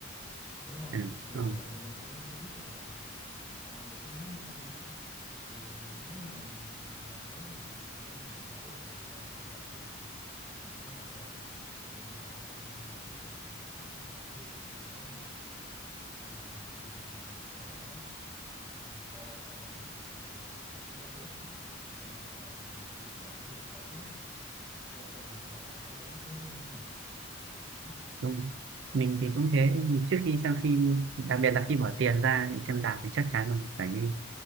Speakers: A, in the centre; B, on the right.
A: đúng rồi
B: ừ.
A: thì thường
B: ừ.
A: thường thì mình cũng không biết được là ờ, bộ phim nó hay hay dở thì nếu như mà mình dành rất là nhiều thời gian để mình coi cuối cùng xong rồi nó dở thì mình cảm thấy là ôi thời gian mình bỏ ra xong rồi cuối cùng cũng không cảm thấy được thư giãn quá nhiều nên là thay vì mình sẽ ờ, coi xong rồi mình, mình cảm thấy là tiếc về khoảng thời gian mình bỏ ra thì mình có thể lựa chọn để mình coi trước xem xem là người ta đánh giá trước nó như thế nào ừ.
B: đúng. mình thì cũng thế trước khi xem phim đặc biệt là khi bỏ tiền ra để xem rạp thì chắc chắn là mình phải đi